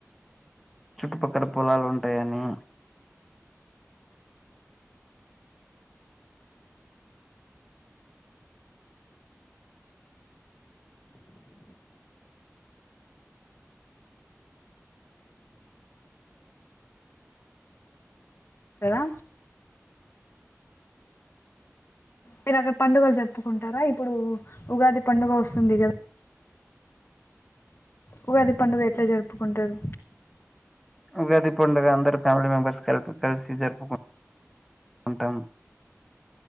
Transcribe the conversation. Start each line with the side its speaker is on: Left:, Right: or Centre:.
Centre: చుట్టుపక్కల పొలాలు ఉంటాయని
Left: కదా మీరు అక్కడ పండుగలు జరుపుకుంటారా ఇప్పుడు ఉగాది పండుగ వస్తుంది కదా ఒకది పండుగ ఎట్లా జరుపుకుంటారు
Centre: ఉగాది పండుగ అందరు ఫ్యామిలీ మెంబర్స్ కలిసి జరుపుకు ఉంటాం